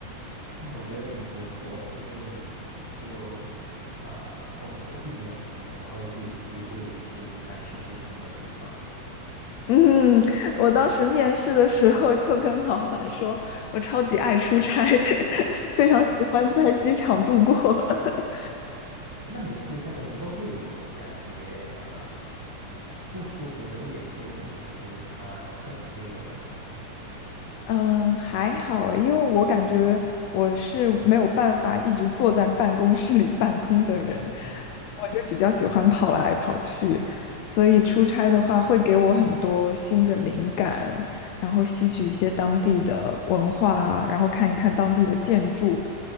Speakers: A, on the right; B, on the left.
A: 哇，我觉得挺不错诶，因为你你就呃工作一两年，然后就有机会出差去不同的地方。
B: 嗯，我当时面试的时候就跟老板说，我超级爱出差，<laughs> 非常喜欢在机场度过。<laughs>
A: 那你出差的时候会有感觉呃不舒服的一点是可能时差这一类的吗？
B: 嗯，还好诶因为我感觉我是没有办法一直坐在办公室里办公的人，
A: 嗯
B: 我就比较喜欢跑来跑去，所以出差的话会给我很多新的灵感，然后吸取一些当地的文化啊然后看一看当地的建筑，